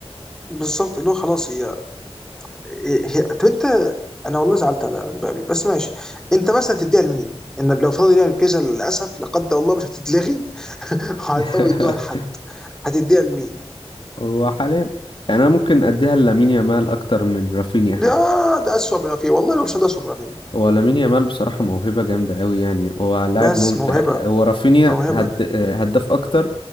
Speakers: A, in the centre; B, on the left.
A: بالظبط اللي هو خلاص هي إيه- هي- طب انت انا والله زعلت على مبابي بس ماشي انت مثلا تديها لمين؟ ان لو فضل يعمل كذا للاسف لا قدر الله مش هتتلغي <laughs> وهيضطروا
B: <laughs>
A: يدوها لحد هتديها لمين؟
B: هو حاليا يعني انا ممكن اديها لامين يامال اكتر من رافينيا
A: يا ده اسوء بما فيه والله لو مش ده اسوء بما فيه
B: هو لامين يامال بصراحة موهبة جامدة قوي يعني هو لاعب
A: بس
B: ممتع
A: موهبه
B: يعني هو رافينيا
A: موهبه
B: هد... هداف أكتر